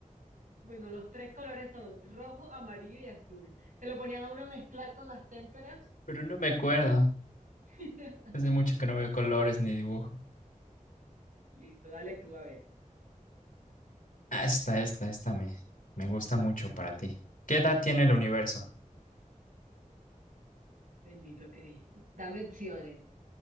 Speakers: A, on the right; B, on the left.
A: Bueno, los tres colores son rojo, amarillo y azul. Que lo ponían a uno a mezclar con las témperas.
B: Pero no me acuerdo.
A: <laughs>
B: Hace mucho que no veo colores ni dibujo.
A: Listo, dale tú a ver.
B: Ah, esta, esta, esta me, me gusta mucho para ti. ¿Qué edad tiene el universo?
A: Bendito Cristo. Dame opciones.